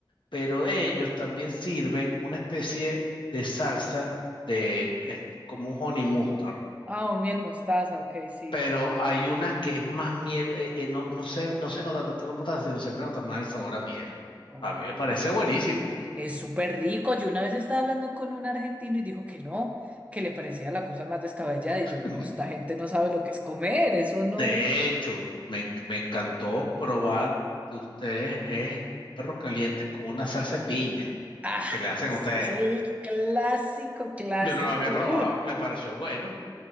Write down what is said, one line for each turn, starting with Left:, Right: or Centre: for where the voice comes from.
Left: Pero ellos también sirven una especie de salsa de este, como un honey mustard.
Right: Ah, un miel mostaza, ok, sí.
Left: Pero hay una que es más miel, eh, eh, no, no se, no se nota tanto la mostaza, sino se le nota más el sabor a miel.
Right: Ok.
Left: A mí me parece buenísimo.
Right: Es súper rico. Yo una vez estaba hablando con un argentino y dijo que no, que le parecía la cosa más descabellada.
Left: <clears throat>
Right: Y yo, no, esta gente no sabe lo que es comer, eso no.
Left: De hecho, me, me encantó probar de ustedes es perro caliente con una salsa de piña.
Right: Ah,
Left: que le hacen
Right: eso
Left: a ustedes.
Right: es el clásico, clásico.
Left: Yo no lo había probado,
Right: ¡Uh!
Left: me pareció bueno.